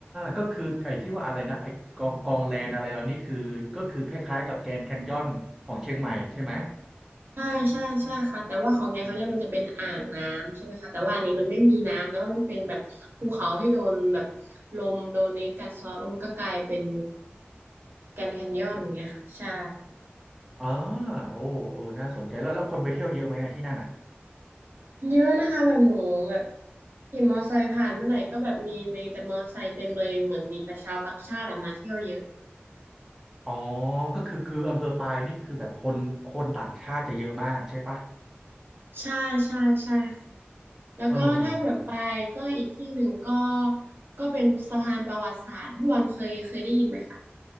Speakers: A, in the centre; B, on the right.
A: ก็คือไอ้ที่ว่าอะไรนะไอ้กองกองแลนอะไรเหล่านี้คือก็คือคล้ายๆกับแกรนด์แคนยอนของเชียงใหม่ใช่ไหม
B: ใช่ใช่ใช่ค่ะแต่ว่าของแกเขาเนี่ยมันจะเป็นอ่างน้ำใช่ไหมคะแต่ว่าอันนี้มันไม่มีน้ำแต่ว่ามันเป็นแบบภูเขาที่โดนแบบลมโดนเนสกัดเซาะแล้วมันก็กลายเป็นแกรนด์แคนยอนอย่างเงี้ยค่ะใช่
A: อ่าโอ้โอ้น่าสนใจแล้วแล้วคนไปเที่ยวเยอะไหมอะที่นั่นอ่ะ
B: เยอะนะคะแบบหนูแบบขี่มอไซค์ผ่านเมื่อไหร่ก็แบบมีมีแต่มอไซค์เต็มเลยเหมือนมีแต่ชาวต่างชาติอะมาเที่ยวเยอะ
A: อ๋อก็คือคืออำเภอปายนี่คือแบบคนคนต่างชาติจะเยอะมากใช่ปะ
B: ใช่ใช่ใช่ค่ะแล้วก็ถ้าแบบไปก็อีกที่หนึ่งก็
A: เออ
B: ก็เป็นสะพานประวัติศาสตร์พี่บอลเคยเคยได้ยินไหมคะ